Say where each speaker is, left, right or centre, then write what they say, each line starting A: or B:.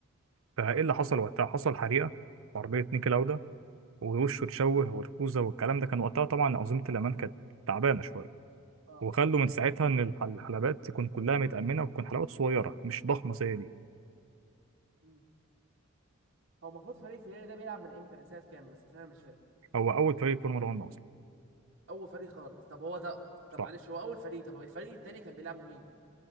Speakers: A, on the right (about 80°); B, on the right (about 60°).
A: فايه
B: اه
A: اللي حصل وقتها حصل حريقه في عربيه نيكي لاودا ووشه اتشوه والخوذه والكلام ده كان وقتها طبعا انظمه الامان كانت تعبانه شويه
B: اه
A: وخلوا من ساعتها ان الح- الحلبات تكون كلها متامنه وتكون حلبات صغيره مش ضخمه زي دي
B: مم. هو المفروض فريق فيراري ده بيلعب من امتى من سنه كام مثلا عشان انا مش فاكر
A: هو اول فريق فورمولا 1 اصلا
B: اول فريق خالص طب هو طب, طب معلش
A: صح
B: هو اول فريق طب الفريق التاني كان بيلعبوا مين